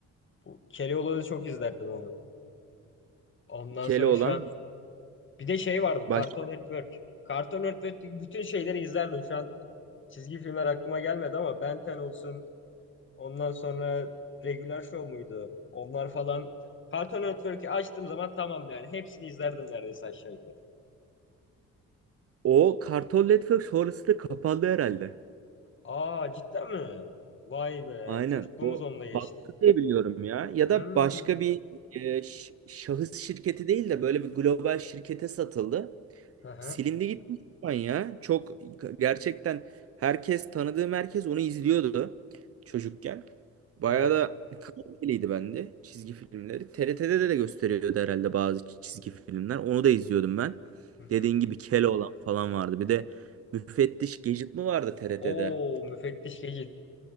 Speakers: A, on the left; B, on the right.
A: Bu Keloğlan'ı çok izlerdim onu. Ondan
B: Keloğlan
A: sonra şu an bir de şey vardı
B: baş...
A: Cartoon Network. Cartoon Network'teki bütün şeyleri izlerdim. Şu an çizgi filmler aklıma gelmedi ama Ben 10 olsun, Ondan sonra Regular Show muydu? Onlar falan. Cartoon Network'ü açtığım zaman tamam yani. Hepsini izlerdim neredeyse aşağı yukarı.
B: O Kartal Network sonrası da kapandı herhalde.
A: Aa cidden mi? Vay be.
B: Aynen.
A: Çocukluğumuz
B: O
A: onunla geçti.
B: battı diye biliyorum ya. Ya da
A: Hmm.
B: başka bir e, ş- şahıs şirketi değil de böyle bir global şirkete satıldı.
A: Aha,
B: Silindi gitmiş şu an ya. Çok gerçekten herkes tanıdığım herkes onu izliyordu çocukken. Bayağı
A: evet.
B: da kaliteliydi bende çizgi filmleri. TRT'de de de gösteriyordu herhalde bazı çizgi filmler. Onu da izliyordum ben.
A: Hı hı.
B: Dediğin gibi Keloğlan falan vardı. Bir de Müfettiş Gadget mi vardı TRT'de?
A: Oo müfettiş Gecit.